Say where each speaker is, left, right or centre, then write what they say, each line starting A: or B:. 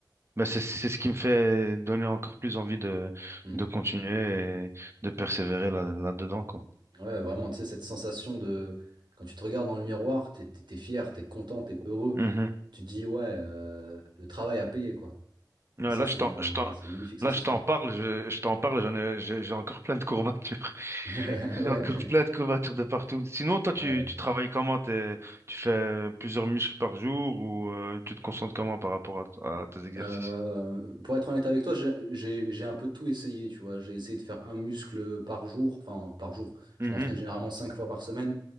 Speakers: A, on the right; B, on the right.
A: Bah, c'est, c'est ce qui me fait donner encore plus envie de,
B: Hmm.
A: de continuer et de persévérer là, là-dedans, quoi.
B: Ouais, vraiment, tu sais, cette sensation de... Quand tu te regardes dans le miroir, t'es, t'es, t'es fier, t'es content, t'es heureux.
A: Mhm.
B: Tu te dis, ouais, euh, le travail a payé, quoi.
A: Ouais,
B: Et ça,
A: là,
B: c'est
A: je t'en,
B: une,
A: je t'en,
B: c'est une magnifique sensation.
A: là, je t'en parle,
B: <laughs>
A: je, je t'en parle, j'en ai, j'ai j'ai encore plein de courbatures. <laughs>
B: Ouais.
A: J'ai encore plein de courbatures de partout. Sinon, toi, tu,
B: Ouais.
A: tu travailles comment? T'es- tu fais plusieurs muscles par jour ou euh, tu te concentres comment par rapport à, à tes exercices?
B: Euh, pour être honnête avec toi, j'ai j'ai- j'ai un peu tout essayé, tu vois. J'ai essayé de faire un muscle par jour, enfin par jour.
A: Mhm.
B: Je m'entraîne généralement cinq fois par semaine.